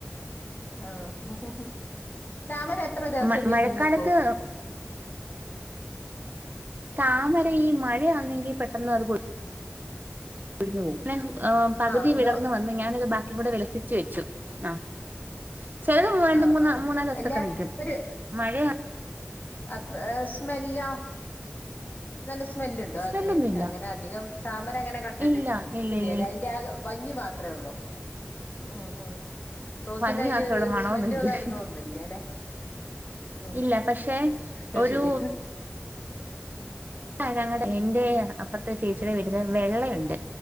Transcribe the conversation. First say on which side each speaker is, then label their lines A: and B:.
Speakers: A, on the left; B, on the right.
A: ആഹ് താമര എത്ര ദിവസം
B: മ
A: വിരിഞ്ഞു
B: മഴക്കാലത്ത്
A: നിക്കും
B: താമര ഈ മഴന്നെങ്കിൽ പെട്ടെന്ന് അത് കൊഴി കൊഴിഞ്ഞു പോവും പിന്നെ പകുതി
A: ആഹ്
B: വിടർന്ന്
A: നോ
B: വന്ന് ഞാനത് ബാ ക്കി കൂടെ വിളസിച്ചു വെച്ചു ആഹ് ചിലത് മൂ രണ്ട്
A: ആഹ്
B: മൂന്ന
A: ആഹ്
B: മൂന്നാല് ദിവസൊക്കെ
A: അല്ല
B: നീക്കും
A: ഒരു
B: മഴയാ
A: അത് സ്മെല്ലോ നല്ല സ്മെ സ്മെല്ലുണ്ടോ
B: സ്മെല്ലൊന്നും
A: അതിന്
B: ഇല്ല
A: അങ്ങനെ അധികം താമരങ്ങനെ കണ്ടിട്ട്
B: ഇല്ല ഇല്ല
A: ഇല്ലല്യ
B: ഇല്ല ഇല്ല
A: അയിന്റെ ഭംഗി മാ ത്ര ഒള്ളോ ഉമ് ഉമ് റോസിന്റെ
B: ഭംഗി
A: ആയിരി
B: മാത്രേ
A: രു
B: ഉള്ളൂ
A: സ്
B: മണൊന്നും
A: സ്മെല്ലോ
B: ഇല്ല
A: കാര്യങ്ങളോ ഒന്നുല്ല ല്ലെ ഉമ്
B: ഇല്ല പക്ഷെ
A: അയ്
B: ഒരു
A: ശരി
B: ഞങ്ങളടെ എന്റെ അപ്പുറത്തെ ചേച്ചിയുടെ വീട്ടില് വെള്ളണ്ട്